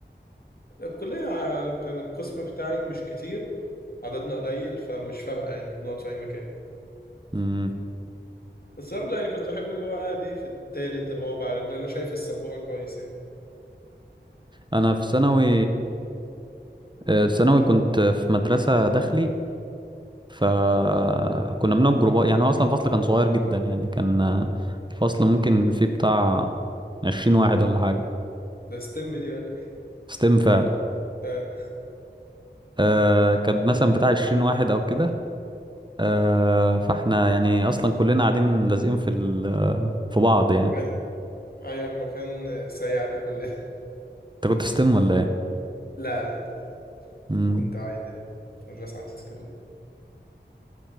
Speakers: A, on the left (about 55°); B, on the right (about 25°).
A: الكلية ع- كان القسم بتاعي مش كتير عددنا قليل فمش فارقة يعني بنقعد في أي مكان
B: مم،
A: بس برضه يعني كنت أحب اللي هو قاعد إيه في التالت الرابع اللي أنا شايف السبورة كويس إيه
B: انا في ثانوي آه، ثانوي كنت في مدرسه داخلي فكنا بنقعد جروبات يعني هو اصلا الفصل كان صغير جدا يعني كان آه، الفصل ممكن فيه بتاع عشرين واحد ولا حاجه
A: ده ستيم دي ولا إيه؟
B: ستيم فعلا
A: آه،
B: أه كان مثلا بتاع عشرين واحد او كده آه فاحنا يعني اصلا كلنا قاعدين لازقين في ال- في بعض يعني
A: أي- أيوة المكان سيعنا كلنا
B: انت كنت في ستيم ولا ايه
A: <laughs> لا لا
B: مم.
A: كنت عادي ده مدرسة عسكرية